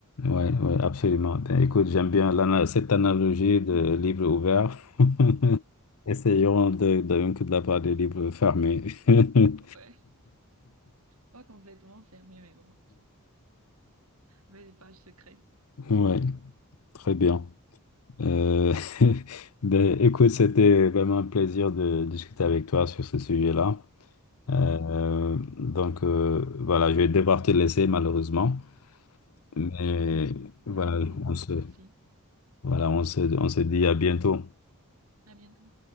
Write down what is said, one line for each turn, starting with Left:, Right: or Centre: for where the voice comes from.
Left: Ouais, ouais, absolument. Ben, écoute, j'aime bien l'ana- cette analogie de livre ouvert. <laughs> Essayons de, de, donc de la part des livres fermés. <laughs>
Right: Ouais, pas complètement fermé, mais bon, avec des pages secrètes.
Left: Ouais, très bien. Euh, <laughs> ben, écoute, c'était vraiment un plaisir de discuter avec toi sur ce sujet-là. Euh,
Right: Ouais,
Left: donc euh, voilà, je vais devoir te laisser malheureusement,
Right: ouais,
Left: mais
Right: ça c'est aussi,
Left: voilà,
Right: c'est un plaisir pour
Left: on se,
Right: moi aussi.
Left: voilà, on se, on se dit à bientôt.
Right: À bientôt.